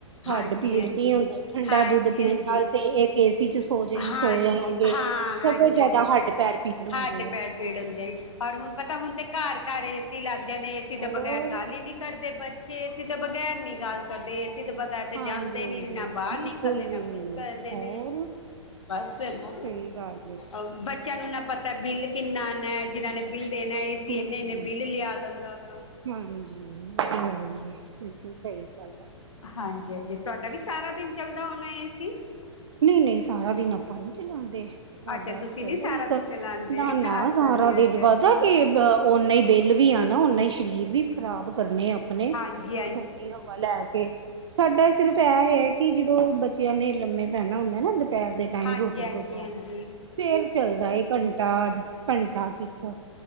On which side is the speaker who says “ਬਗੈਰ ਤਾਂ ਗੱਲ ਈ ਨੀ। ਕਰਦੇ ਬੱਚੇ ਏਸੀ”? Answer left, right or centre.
Left